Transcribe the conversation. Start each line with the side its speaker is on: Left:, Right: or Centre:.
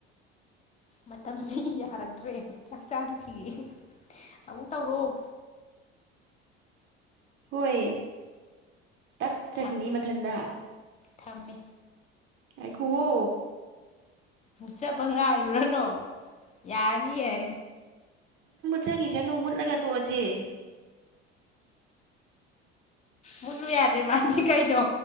Left: ꯃꯇꯝꯁꯤ ꯌꯥꯔꯛꯇ꯭ꯔꯦ ꯆꯥꯛ ꯆꯥꯔꯨꯈꯤꯒꯦ ꯑꯃꯨꯛ ꯇꯧꯔꯣꯑꯣ
Right: ꯍꯣꯏ꯫ ꯇꯠ ꯆꯈꯤꯅꯤ
Left: ꯊꯝꯃꯦ
Right: ꯃꯊꯟꯗ
Left: ꯊꯝꯃꯦ
Right: ꯉꯥꯏꯈꯨꯌꯣ
Left: ꯆꯄ ꯉꯥꯏꯔꯨꯔꯅꯣ ꯌꯥꯅꯤꯑꯦ
Right: ꯆꯈꯤ ꯁꯅꯣ ꯃꯨꯠꯂꯒ ꯇꯣꯛꯑꯁꯦ
Left: ꯃꯨꯠꯂꯨ ꯌꯥꯗ꯭ꯔꯦ ꯃꯥꯗꯤ ꯀꯩ ꯅꯣ